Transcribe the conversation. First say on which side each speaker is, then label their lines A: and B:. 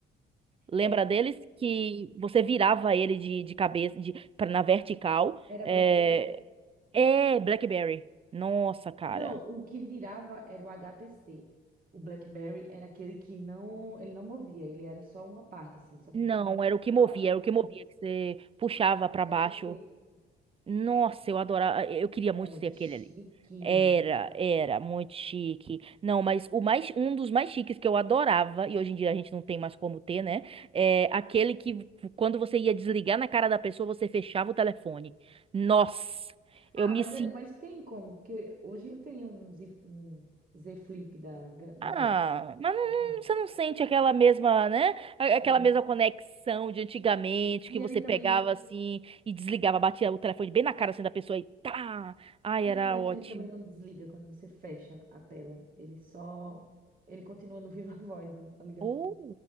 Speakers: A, on the right (about 30°); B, on the right (about 45°).
A: lembra
B: É,
A: deles? Que você virava ele de, de cabeça, de, pra, na vertical,
B: era
A: é,
B: BlackBerry?
A: é, BlackBerry, nossa, cara,
B: Não, o que virava era o HTC. O BlackBerry era aquele que não, ele não movia, ele era só uma parte, assim, só que
A: não,
B: tinha o
A: era o
B: teclado.
A: que movia, era o que movia,
B: É,
A: que você puxava
B: é
A: pra
B: o HTC.
A: baixo, Nossa, eu adorava. Eu queria
B: Era
A: muito
B: muito
A: ser aquele
B: chique.
A: ali. Era, era muito chique. Não, mas o mais, um dos mais chiques que eu adorava, e hoje em dia a gente não tem mais como ter, né? É aquele que quando você ia desligar na cara da pessoa, você fechava o telefone. Nossa,
B: Ah,
A: eu me
B: mas,
A: senti.
B: é- mas tem como, porque hoje eu tenho um Z, um Z Flip da, Ga- do
A: Ah,
B: Galaxy.
A: mas não,
B: Uhum.
A: não- você não sente aquela mesma, né? A- Aquela
B: É.
A: mesma conexão de antigamente,
B: E
A: que
B: ele
A: você
B: também,
A: pegava assim e desligava, batia o telefone bem na cara assim da pessoa e tá. Ai,
B: e
A: era
B: o pior é
A: ótimo.
B: que ele também não desliga quando você fecha a tela. Ele só, ele continua no <laughs> viva voz a, a ligação.
A: Oh.